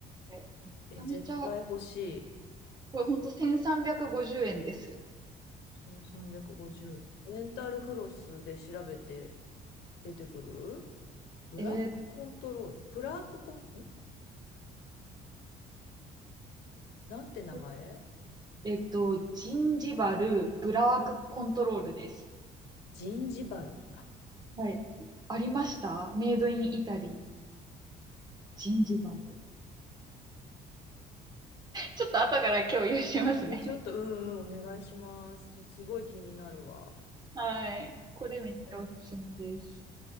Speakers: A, on the right; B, on the left.
A: でめちゃめちゃ、
B: え、絶対欲しい。
A: これほんと1350円です。
B: 1350円。レンタルフロスで調べて出てくるブラックコントロール。
A: えーっ
B: ブラックコン、んなんて名前
A: と、えーっと、ジンジバルブラワークコントロールです。
B: ジンジバル。
A: はい。ありましたメイドインイタリー、ジンジバル。ちょっと後から共有しますね。
B: え、ちょっと、うんうん、お願いします。ちょ、すごい気になるわ。
A: <laughs> はい。これめっちゃおすすめです。
B: え、